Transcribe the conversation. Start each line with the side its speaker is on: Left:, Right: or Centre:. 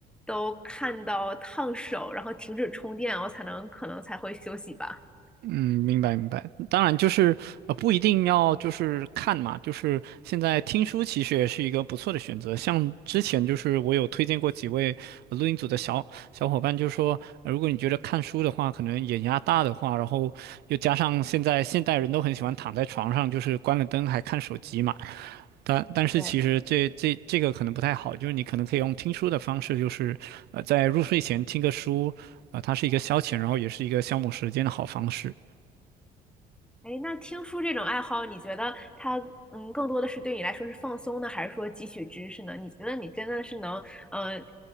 Centre: 都看到烫手，然后停止充电，我才能可能才会休息吧。
Right: 嗯，明白明白。当然，就是呃，不一定要就是看嘛，就是现在听书其实也是一个不错的选择。像之前就是我有推荐过几位呃录音组的小小伙伴，就是说、呃如果你觉得看书的话，可能眼压大的话，然后又加上现在现代人都很喜欢躺在床上，就是关了灯还看手机嘛。但但是其实这这这个可能不太好，
Centre: 对。
Right: 就是你可能可以用听书的方式，就是呃在入睡前听个书，呃，它是一个消遣，然后也是一个消磨时间的好方式。
Centre: 哎，那听书这种爱好，你觉得它嗯，更多的是对你来说是放松呢，还是说汲取知识呢？你觉得你真的是能嗯、呃